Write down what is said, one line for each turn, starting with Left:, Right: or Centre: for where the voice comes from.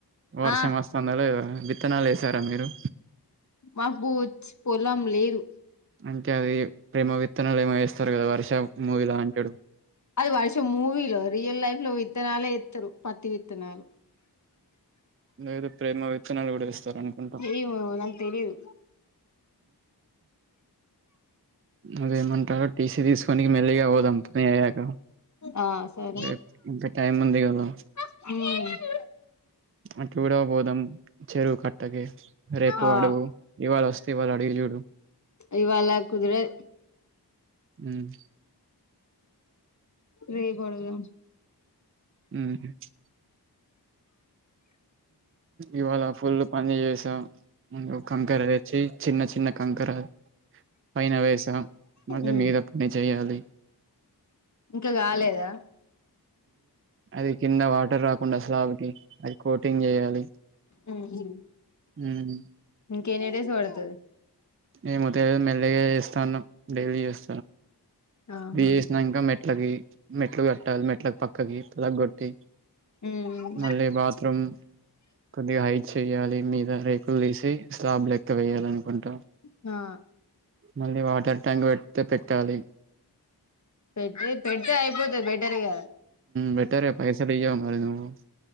Right: వర్షం
Left: ఆ
Right: వస్తుందా లేద విత్తనాలు ఏసారా మీరు?
Left: మాకు చ్ పొలం లేదు
Right: అంటే అది ప్రేమ విత్తనాలు ఏమేస్తరు కదా వర్షం మూవీలా అంటడు.
Left: అది వర్షం మూవీలో, రియల్ లైఫ్ లో విత్తనాలే ఏత్తరు, పత్తి విత్తనాలు.
Right: లేద ప్రేమ విత్తనాలు కూడ ఏస్తారు అనుకుంటా
Left: ఏమో నాక్ తెలీదు
Right: అదేమంటారు టీసీ తీసుకొని మెల్లిగా పోదాం అయ్యాక
Left: ఆ సర్
Right: రేపు ఇంక టైమ్ ఉంది కదా
Left: ఉమ్
Right: అటు గుడ బోదాం చెరువు కట్టకే రేపు
Left: ఆ
Right: అడుగు ఇవాళ అస్తే ఇవాళ అడిగి జూడు
Left: ఇవాళ కుద్రది
Right: ఉమ్
Left: రేపు అడుగుదం
Right: ఉమ్ ప్చ్ ఇవాళ ఫుల్ పని చేసా, ముందు కంకర తెచ్ చెయ్ చిన్న చిన్న కంకర పైన వేసాం, మళ్ళ
Left: ఉమ్
Right: మీద పని చేయాలి.
Left: ఇంక కాలేదా?
Right: అది కింద వాటర్ రాకుండా స్లాబ్కి, అది కోటింగ్ చేయ్యాలి.
Left: ఉమ్
Right: ఉమ్
Left: ఇంకెన్ని డిస్ పడతది
Right: ఏమో తెల్వది మెల్లిగా చేస్తాన్నం డైలీ చేస్
Left: ఆహా
Right: బి చేసినంకా మెట్లకి మెట్లు కట్టాలి, మెట్లలకు పక్ పక్కకి పిలగొట్టి
Left: ఉమ్
Right: మళ్ళీ బాత్రూమ్ కొద్దిగా హైట్ చెయ్యాలి మీద రేకులు తీసి, స్లాబ్ లెక్క వేయాలి అనుకుంటం
Left: ఆ
Right: మళ్ళీ వాటర్ ట్యాంక్ పెడితే పెట్టాలి.
Left: పెట్టి పెడ్తే అయిపోతే బెటర్గా
Right: బెటరే పైసలియ్యవ్ మరి నువ్